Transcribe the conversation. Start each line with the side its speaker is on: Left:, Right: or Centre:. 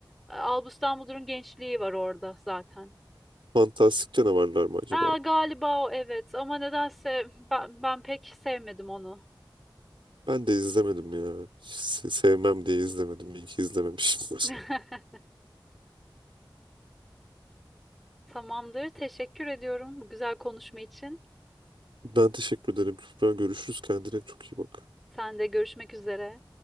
Centre: E, Albus Dumbledore'un gençliği var orada zaten.
Right: Fantastik Canavarlar mı acaba?
Centre: Ha, galiba o evet ama nedense ben, ben pek sevmedim onu.
Right: Ben de izlemedim ya. Se- Sevmem diye izlemedim. İyi ki izlememişim. <laughs>
Centre: <laughs> Tamamdır. Teşekkür ediyorum bu güzel konuşma için.
Right: Ben teşekkür ederim. Kübra görüşürüz. Kendine çok iyi bak.
Centre: Sen de görüşmek üzere.